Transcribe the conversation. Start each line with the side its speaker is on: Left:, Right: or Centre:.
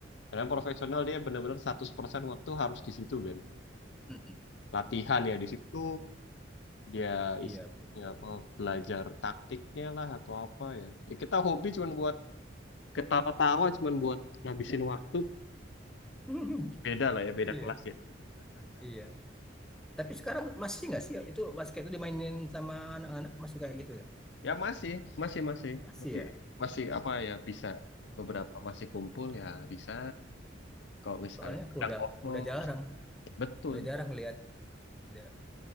Left: Karena profesional
Centre: Mm,
Left: dia benar-benar 100% waktu harus di situ kan.
Centre: mm, mm.
Left: Latihan ya di situ, dia
Centre: Iya
Left: is-
Centre: betul.
Left: ya apa belajar taktiknya lah atau apa ya. Ya kita hobi cuma buat ketawa-tawa cuman buat ngabisin waktu
Centre: <laughs>
Left: beda lah ya beda
Centre: Iya
Left: kelas ya
Centre: iya. Tapi sekarang masih nggak sih ya, itu basket itu dimainin sama anak-anak masih kayak gitu ya?
Left: ya masih masih masih
Centre: Masih
Left: masih
Centre: ya.
Left: masih apa ya bisa beberapa masih kumpul ya bisa kalau misalnya
Centre: Soalnya aku
Left: kadang
Centre: udah
Left: kosong
Centre: udah jarang,
Left: betul
Centre: udah jarang lihat. Jarang.